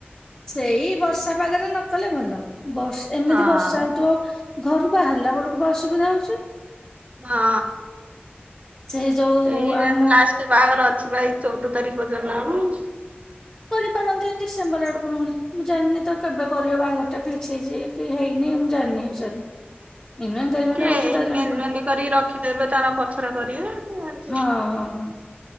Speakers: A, on the left; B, on the right.
A: ସେଇ ବର୍ଷା ପାଗରେ ନ କଲେ ଭଲ ବର୍ଷ ଏମିତି
B: ହଁ।
A: ବର୍ଷା ହଉଥୁବ। ଘରୁ ବାହାରିଲା ବେଳକୁ ବା ଅସୁବିଧା ହଉଛି।
B: ହଁ
A: ସେ ଯୋଉ
B: ଏଇଆ
A: ଆଉ ମୁଁ
B: ତ ଲାଷ୍ଟ। ବାହାଘର ଅଛି ପା ଏଇ ଚଉଦ ତାରିଖ ପର୍ଯ୍ୟନ୍ତ ନା କଣ।
A: କରିପାରନ୍ତି ଡିସେମ୍ବର ଆଡକୁ ନହଲେ ମୁଁ ଜାଣିନି ତ କେବେ କରିବେ ବାହାଘର ଟା ଫିକ୍ସ ହେଇଚି। କି ହେଇନି ମୁଁ ଜାଣିନି ହେ ବିଷୟରେ। ଏଇନୁ ଏନଗେଜମେଣ୍ଟ
B: କି
A: ହଉଛି
B: ଏନଗେଜମେଣ୍ଟ
A: ତା ଜଣା ପଡେ
B: କରିକି ରଖିଦେବେ ତାର ପଛରେ କରିବେ <inaudible>
A: ହଁ ହଁ ହଁ